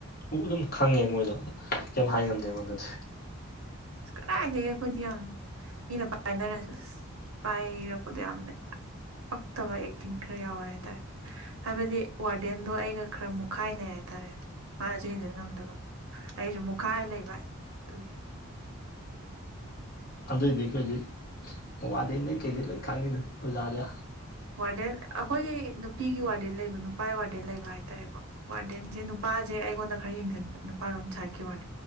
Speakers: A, on the left; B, on the right.
A: ꯎ ꯑꯗꯨꯝ ꯈꯪꯉꯦ ꯃꯣꯏꯗꯣ ꯑ ꯀꯩꯝ ꯍꯥꯏ ꯉꯝꯗꯦ ꯑꯩꯉꯣꯟꯗꯗꯤ
B: ꯀꯗꯥꯏꯗꯒꯤ ꯑꯩꯈꯣꯏꯗꯤ ꯌꯥꯝ ꯃꯤꯅ ꯄꯥꯏꯅꯔꯁꯤ ꯑ ꯄꯥꯏ ꯏꯔꯀꯣꯗꯤ ꯌꯥꯝꯝ ꯂꯩ ꯄꯛꯇꯕ ꯑꯦꯛꯇꯤꯡ ꯈꯔ ꯌꯥꯎꯋꯦ ꯍꯥꯏꯇꯥꯔꯦ ꯍꯥꯏꯕꯗꯤ ꯋꯥꯔꯗꯦꯟꯗꯣ ꯑꯩꯒ ꯈꯔ ꯃꯨꯠꯈꯥꯏꯅꯩ ꯍꯥꯏꯇꯥꯔꯦ ꯃꯥꯅꯁꯨ ꯍꯦꯟꯖꯤꯟ ꯉꯝꯗꯕ ꯑꯩꯁꯨ ꯃꯨꯈꯥꯏ ꯂꯩꯕ ꯑꯗꯨꯒꯤ
A: ꯑꯗꯨꯏꯗꯤ ꯑꯩꯈꯣꯏꯗꯤ ꯋꯥ ꯋꯥꯗꯅꯦ ꯀꯩꯗ ꯂꯩ ꯈꯥꯏ ꯍꯧꯖꯥꯗꯦ
B: ꯋꯥꯔꯗꯦꯟ ꯑꯩꯈꯣꯏꯒꯤ ꯅꯨꯄꯤꯒꯤ ꯋꯥꯔꯗꯦꯟ ꯂꯩꯕ ꯅꯨꯄꯥꯒꯤ ꯋꯥꯔꯗꯦꯟ ꯂꯩꯕ ꯍꯥꯏꯇꯥꯔꯦꯀꯣ ꯋꯥꯔꯗꯦꯟꯁꯦ ꯅꯨꯄꯥꯁꯦ ꯑꯩꯉꯣꯟꯗ ꯈꯔ ꯌꯦꯡꯁꯤꯟꯕ ꯅꯨꯄꯥꯔꯣ ꯆꯥꯀꯤ ꯋꯥꯦ